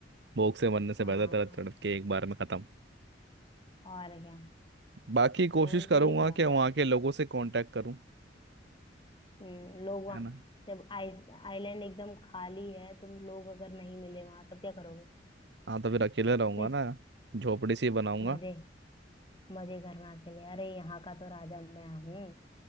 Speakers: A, on the right (about 65°); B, on the left (about 25°).
A: भूख से मरने से
B: हाँ
A: बेहतर तड़प तड़प के एक बार में खत्म।
B: और क्या
A: बाकी कोशिश
B: तो
A: करूंगा
B: ये हो
A: कि
B: गया
A: वहाँ के लोगों से कांटेक्ट करूँ
B: हम्म लोग वहाँ
A: है ना
B: जब आई आइलैंड एकदम खाली है तुम लोग अगर नहीं मिले वहां तब क्या करोगे
A: हाँ तो फिर अकेले रहूंगा
B: नहीं
A: ना झोपड़ी सी बनाऊंगा
B: मजे मजे करना के लिए अरे यहाँ का तो राजा मैं हूँ